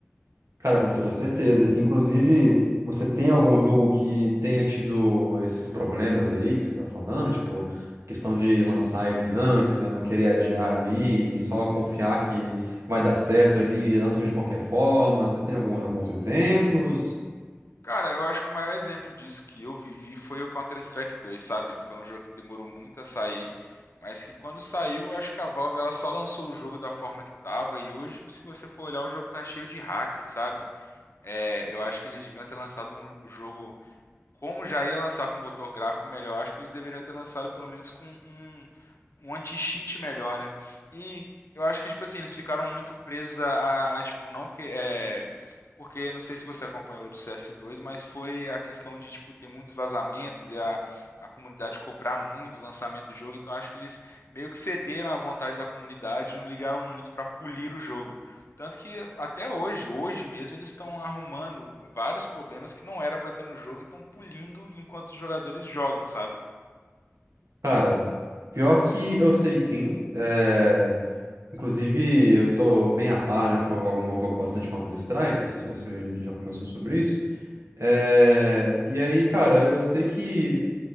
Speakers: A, on the right (about 80°); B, on the left (about 60°).
A: Cara, com toda certeza. Inclusive, você tem algum jogo que tenha tido esses problemas aí que você tá falando? Tipo, questão de lançar ele antes, né? Não querer adiar ali e só confiar que vai dar certo ali, lança de qualquer forma. Você tem algum, alguns exemplos?
B: Cara, eu acho que o maior exemplo disso que eu vivi foi o Counter-Strike dois sabe? Foi um jogo que demorou muito a sair, mas que quando saiu, eu acho que a Valve ela só lançou o jogo da forma que tava, e hoje, se você for olhar, o jogo tá cheio de hack, sabe? É, eu acho que eles deviam ter lançado um, o jogo como já ia lançar com motor gráfico melhor, acho que eles deveriam ter lançado pelo menos com um, um anti-cheat melhor, né? E eu acho que, tipo assim, eles ficaram muito presos a, a, tipo, não que. É, porque não sei se você acompanhou do CS2, mas foi a questão de, tipo, ter muitos vazamentos e a, a comunidade cobrar muito o lançamento do jogo. Então acho que eles meio que cederam à vontade da comunidade e não ligaram muito para polir o jogo. Tanto que até hoje, hoje mesmo, eles estão arrumando vários problemas que não era pra ter no jogo e estão pulindo enquanto os jogadores jogam, sabe?
A: Cara, pior que eu sei sim. É... Inclusive, eu tô bem a par, né? Porque eu jogo, eu jogo bastante Counter-Strike. Não sei se a gente já começou sobre isso. É, E aí, cara, eu sei que.